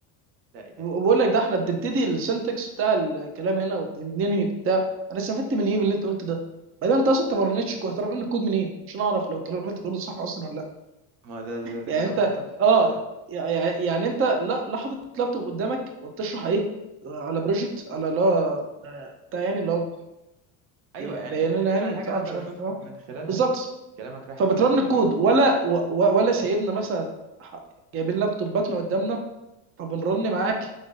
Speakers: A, on the right; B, on the right.
A: لا إله
B: وبقول
A: إلا الله
B: لك ده احنا بنبتدي السنتكس بتاع الكلام هنا وبننهي بتاع انا استفدت من ايه من اللي انت قلته ده بعدين انت اصلا ما مرنتش هترن الكود منين عشان اعرف لو الكلام اللي انت بتقوله صح اصلا ولا لا
A: ما ده ده, ده
B: يعني
A: كلام
B: انت
A: منطقي
B: اه
A: بس
B: يعني يعني انت لا لا حاطط لابتوب قدامك وبتشرح ايه على بروجكت على اللي هو آه، بتاع يعني اللي هو
A: أيوه يعني
B: بيان
A: اشرح
B: لنا يعني
A: الحاجة
B: بتاع
A: أقدر
B: مش
A: أشوف
B: عارف اه
A: من خلالها
B: بالظبط
A: أنت كلامك رايح
B: فبترن
A: فين وجاي
B: الكود
A: منين
B: ولا و- و- ولا سايبنا مثلا ح- جايبين لابتوباتنا قدامنا فبنرن معاك